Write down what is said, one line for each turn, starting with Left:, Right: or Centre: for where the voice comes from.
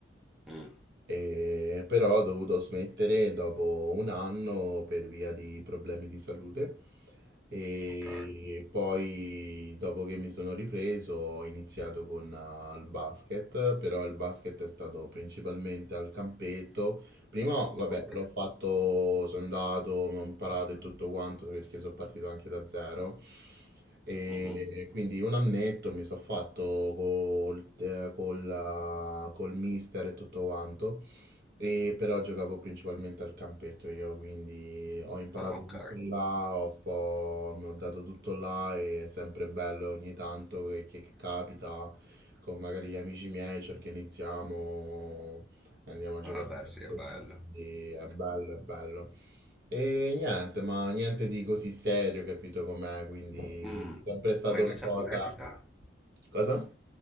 Centre: mm,
Right: E- però ho dovuto smettere dopo un anno per via di problemi di salute. E
Centre: ok,
Right: poi, dopo che mi sono ripreso, ho iniziato con eh, il basket, però il basket è stato principalmente al campetto Prima, vabbè,
Centre: ok.
Right: l'ho fatto, sono andato, ho imparato e tutto quanto perché sono partito anche da zero. E
Centre: Mhm.
Right: quindi un annetto mi sono fatto col, eh, col, eh, col mister e tutto quanto. E però giocavo principalmente al campetto io, quindi ho imparato
Centre: Ah, ok.
Right: tutto là, ho, fo- mi ho dato tutto là e è sempre bello ogni tanto che che capita con magari gli amici miei, cerchiamo iniziamo. Andiamo a giocare
Centre: Ah, beh,
Right: a calcio.
Centre: sì, è bello.
Right: Quindi è bello, è bello. E niente, ma niente di così serio, capito com'è? Quindi
Centre: Mm,
Right: è sempre stata
Centre: ma invece
Right: una cosa...
Centre: atletica?
Right: Cosa?